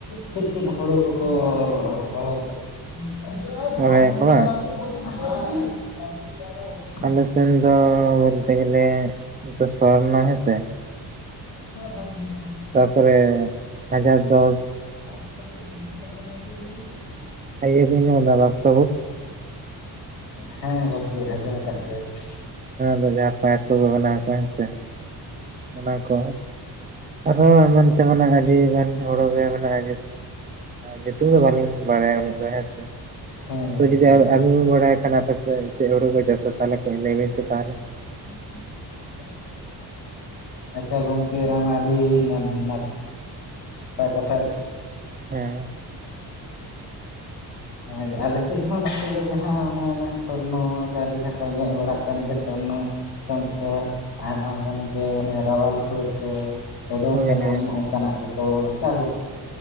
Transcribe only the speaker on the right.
ᱨᱚᱦᱚᱭᱟᱠᱚ ᱵᱟᱝ ᱟᱞᱮ ᱥᱮᱱ ᱫᱚ ᱵᱚᱞᱛᱮ ᱜᱮᱞᱮ ᱥᱚᱨᱱᱚ ᱦᱮᱸ ᱥᱮ ᱾
ᱛᱟᱯᱚᱨᱮ ᱦᱟᱡᱟᱨ ᱫᱚᱥ ᱾
ᱤᱭᱟᱹ ᱵᱤᱱ ᱟᱡᱚᱢ ᱠᱟᱫᱟ ᱵᱟᱫᱥᱟᱦᱚ? <unintelligible>
ᱫᱚ ᱡᱟᱦᱟᱸ ᱯᱟᱭᱮᱥ ᱠᱚᱠᱚ ᱵᱮᱱᱟᱣ ᱠᱚ ᱦᱮᱸ ᱥᱮ ᱾ ᱚᱱᱟ ᱠᱚ ᱟᱨᱦᱚ ᱮᱢᱟᱱ ᱛᱮᱢᱟᱱᱟᱜ ᱟᱹᱰᱤ ᱜᱟᱱ ᱼᱼ ᱦᱩᱲᱳ ᱜᱮ ᱢᱮᱱᱟᱜᱼᱟ ᱧᱩᱛᱩᱢ ᱫᱚ ᱵᱟᱹᱞᱤᱧ ᱵᱟᱲᱟᱭᱟ ᱩᱱᱟᱹᱜ ᱫᱚ ᱦᱮᱸᱥᱮ ᱾
ᱛᱚ
ᱡᱩᱫᱤ ᱟᱵᱤᱱ ᱵᱤᱱ ᱵᱟᱲᱟᱭ ᱠᱷᱟᱱ ᱟᱯᱮ ᱥᱮᱫ ᱪᱮᱫ ᱦᱩᱲᱩ ᱠᱚ ᱪᱟᱥᱟ ᱛᱟᱦᱚᱞᱮ ᱠᱟᱹᱡ ᱞᱟᱹᱭ ᱵᱤᱱ ᱥᱮ ᱛᱟᱦᱚᱞᱮ ᱾
ᱦᱮᱸ
ᱦᱳᱭ
ᱦᱳᱭ